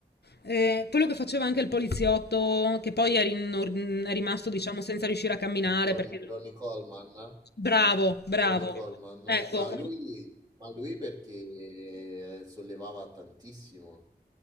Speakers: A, on the left; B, on the right.
A: Eh, quello che faceva anche il poliziotto, che poi è, rin- è rimasto, diciamo, senza riuscire a camminare
B: Ronnie,
A: perché...
B: Ronnie Coleman?
A: Bravo, bravo.
B: Ronnie Coleman?
A: Ecco,
B: Ma lui, ma lui perché sollevava tantissimo.